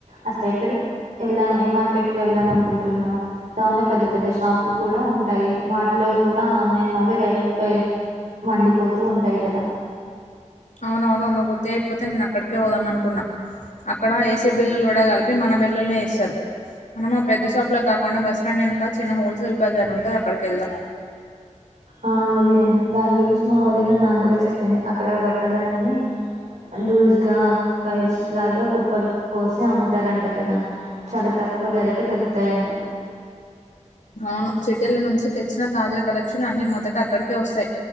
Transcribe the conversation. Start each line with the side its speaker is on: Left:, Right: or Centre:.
Right: అసలు ఎక్కడికి వెళ్దాం ఏ మార్కెట్కి వెళ్దాం అనుకుంటున్నా టౌన్ లో పెద్ద పెద్ద షాపులు కూడా ఉ ఉంటాయి వాటిలో కూడా ఆన్లైన్ లాగే రేట్లు మండిపోతూ ఉంటాయి కదా
Left: అవునవును నువ్వు గుర్తు చేయపోతే నేను అక్కడికే పోదాం అనుకున్నా అక్కడ ఏసీ బిల్లులు కూడా కలిపి మన బిల్లుల్నే వేస్తారు. మనం పెద్ద షాప్ లో కాకుండా బస్ స్టాండ్ వెనుక చిన్న హోల్సేల్ బజార్ ఉంటుంది. అక్కడికి వెళ్దాం
Right: ఆ అదే దాని గురించి మా వదిన నాకు కూడా చెప్పింది. అక్కడ బట్టలన్నీ లూజ్గా ఫైల్స్ లాగా కుప్పలు పోసి అమ్ముతారంట కదా చాలా తక్కు క్కువ ధరకే దొరుకుతాయంట
Left: అవును సిటీల నుంచి తెచ్చిన తాజా కలెక్షన్లు అన్ని మొదట అక్కడికే వస్తాయి